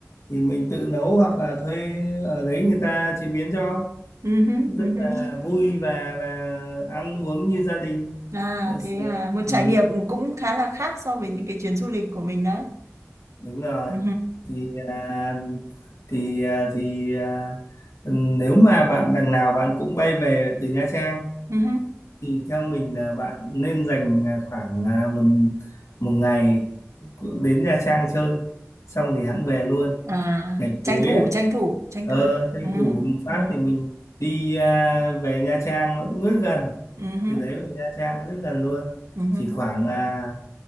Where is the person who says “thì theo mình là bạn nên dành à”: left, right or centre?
Left